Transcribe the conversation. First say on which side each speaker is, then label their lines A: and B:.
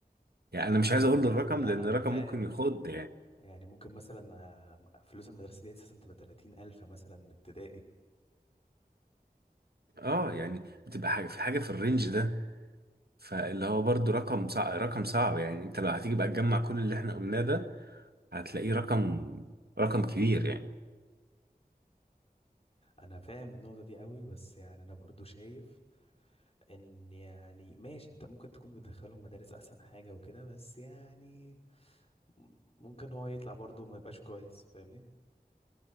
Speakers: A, on the right (about 85°); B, on the left (about 40°).
A: يعني أنا مش
B: انا
A: عايز أقول الرقم
B: انا
A: لأن
B: انا
A: الرقم
B: فاهم
A: ممكن يخض يعني
B: يعني ممكن مثلا آه، فلوس المدرسة دي اساسا تبقى 30 الف مثلا الابتدائي
A: اه يعني بتبقى حاجة في حاجة في الرينج ده فاللي هو برضو رقم صعب رقم صعب يعني انت لو هتيجي بقى تجمع كل اللي احنا قلناه ده هتلاقيه رقم رقم كبير يعني
B: انا فاهم النقطه دي قوي بس يعني انا برضو شايف ان يعني ماشي انت ممكن تكون بتدخلهم مدارس احسن حاجه وكده بس يعني م- ممكن هو يطلع برضو ما يبقاش كويس فاهمني